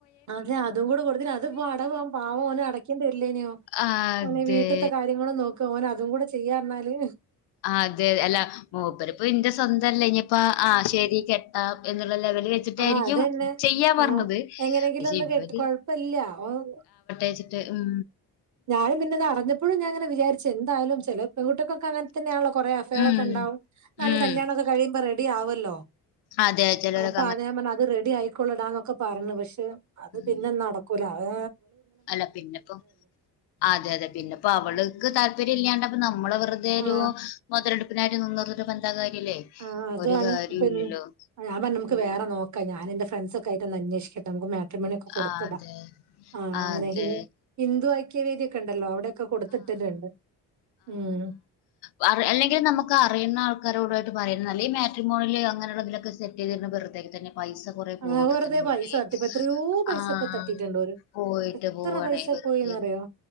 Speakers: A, on the right; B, on the left.
A: അതെ അതും കൂടെ കൊടുത്തിട്ട്. അത്പ്പോ അടവാ പാവോന് അടക്കേണ്ടി വര്ല്ലേന്യാെ
B: അതെ
A: ഓന് വീട്ട്ത്തെ കാര്യങ്ങളും നോക്കാ. ഓന് അതും കൂടെ ചെയ്യാറ്ന്നാല്
B: അഹ് അതെ അല്ലാ മൂപ്പര് പ്പ ഇന്റെ സ്വന്തല്ലേന്യെപ്പാ ആഹ് ശെരി കെട്ടാം എന്ന്ള്ള ലെവല് വെച്ചിട്ട ച്ചിട്ടായിരിക്കും
A: ആ അതന്നെ
B: ചെയ്യാപറഞ്ഞത്.
A: ആ എങ്ങനെങ്കിലും
B: പക്ഷെ
A: ഒന്ന്
B: ഇവര്
A: കെട്ടി കുഴപ്പമില്ല ഓ
B: വെച്ചിട്ട് ഉം
A: ഞാനും പിന്നെതറിഞ്ഞപ്പ് എപ്പളും ഞാ അങ്ങെനെ വിചാരിച്ചും എന്ത് ആയാലും ചെല പെൺകുട്ട്യേക്കൊക്കെ അങ്ങൻ തന്നെയാണല്ലോ. കൊറേ അഫെയർ
B: ഉം
A: ഒക്കെഇണ്ടാവും നാല്
B: ഉം
A: കല്യാണം ഒക്കെ കഴിയുമ്പോ റെഡി ആവൊല്ലോ.
B: അതെ ചേലോ ലൊക്
A: അപ്പ ആതേ പറഞ്ഞ് അത് റെഡി ആയിക്കൊള്ളടാന്നൊക്കെ പറഞ്ഞു. പക്ഷെ അത്
B: ഉം.
A: പിന്നെ നടക്കൂല അ
B: അല്ല പിന്നെപ്പം. അതെ അതെ പിന്നെപ്പോ അവള്ക്ക് താല്പര്യം ഇല്ലാണ്ട്പ്പ നമ്മള് വെ വെറുതെ ഒരു
A: ആ
B: മൊതലെടുപ്പിനായിട്ട് നിന്നൊരു ബന്ധാ കാര്യല്ലേ.
A: ആഹ്. അതാണ്
B: ഒരു കാര്യവും
A: ഇപ്പന്ന്
B: ഇല്ലല്ലോ
A: ഞാപറ് ഞ്ഞ് നമുക്ക്
B: ഉം
A: വേറെ ന്നോ ക്ക ഞാൻഎന്റെ ഫ്രാൻസ് ഒക്കായിട്ട് ഒന്നാഅന്വേഷിക്കട്ടെ നമുക്കു മേം ക്രിമണ്യെക്കെ കൊടുത്തിടാം.
B: അതെ
A: ആഹ്
B: അതെ
A: അങ്ങനെ ഹി ഹിന്ദു ഐക്യവേദിയൊക്കെ ഇണ്ടല്ലോ അവടെ ഒക്കെ കൊടുത്തിട്ട് ട്ട്ണ്ട്. ഉം.
B: പറഅല്ലെങ്കിലും നമ്മക്ക് അറിയുന്ന ആൾക്കാരോടു ആയിട്ട് പറയുന്നല്ലത് ഈ മാറ്റ്രിമോണില് അങ്ങനെ ഇള്ളതിലൊക്കെ ചെന്ന <unintelligible> ബെര്തെ തന്നെ പൈസ കുറെ പോവൊക്കെ
A: ആഹ് വെറുതെ
B: തന്നെ ഉള്ളേ
A: പൈസ തട്ടിപ്പ് എത്രയോ പൈസ
B: ആഹ്
A: ഇപ്പൊ തട്ടീട്ടുണ്ടോര്.
B: പോയിട്ട്
A: എത്ര
B: പോവാണേ
A: പൈസ
B: വെറുതെ
A: പോയിന്നറിയോ?